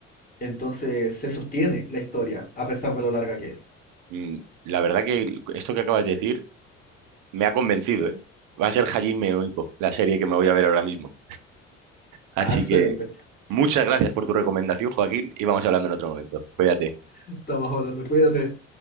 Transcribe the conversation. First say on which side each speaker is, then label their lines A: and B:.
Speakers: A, on the left; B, on the right.
A: entonces se sostiene la historia, a pesar de lo larga que es.
B: mm, la verdad que esto que acabas de decir me ha convencido, ¿eh? Va a ser Hajime no Ippo, la serie que me voy a ver ahora mismo. Así
A: Ah, excelente.
B: que muchas gracias por tu recomendación, Joaquín, y vamos hablando en otro momento. Cuídate.
A: Estamos hablando, cuídate.